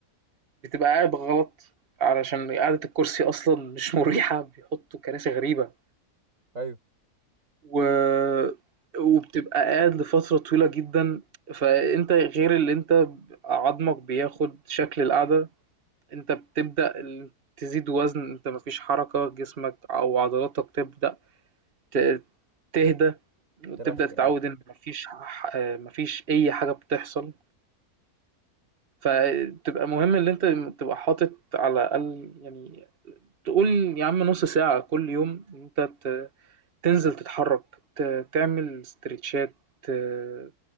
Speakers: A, on the right; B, on the right.
A: بتبقى قاعد غلط علشان قعدة الكرسي أصلا مش مريحة بيحطوا كراسي غريبة
B: ايوه
A: و... وبتبقى قاعد لفترة طويلة جدا فأنت غير اللي أنت عظمك بياخد شكل القعدة أنت بتبدأ ال- تزيد وزن أنت مفيش حركة جسمك أو عضلاتك تبدأ ت- تهدى وتبدأ
B: تراخي
A: تتعود
B: اه
A: إن مفيش ح- مفيش أي حاجة بتحصل فتبقى مهم إن أنت تبقى حاطط على الأقل يعني تقول يا عم نص ساعة كل يوم إن انت ت- تنزل تتحرك ت- تعمل استرتشات ت-